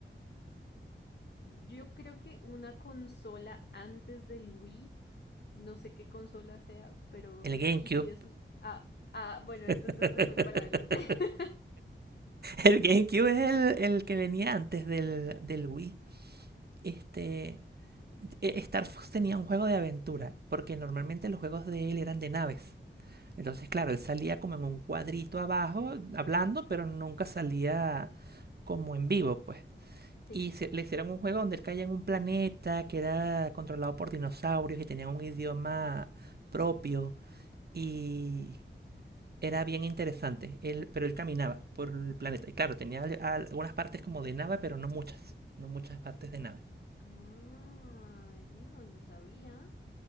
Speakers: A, on the left (about 55°); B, on the right (about 55°).
A: Yo creo que una consola antes del Wii, no sé qué consola sea, pero
B: El
A: y,
B: GameCube.
A: y si es ah, ah, bueno, entonces
B: <laughs>
A: del Wii para adelante. <laughs>
B: El GameCube es el, el que venía antes del, del Wii. Este. eh, Star Fox tenía un juego de aventura, porque normalmente los juegos de él eran de naves. Entonces, claro, él salía como en un cuadrito abajo, hablando, pero nunca salía como en vivo, pues.
A: Sí.
B: Y se- le hicieron un juego donde él caía en un planeta que era controlado por dinosaurios y tenía un idioma propio. Y era bien interesante. Él, pero él caminaba por el planeta. Y claro, tenía algunas partes como de nave, pero no muchas. No muchas partes de nave.
A: Ah, eso no lo sabía.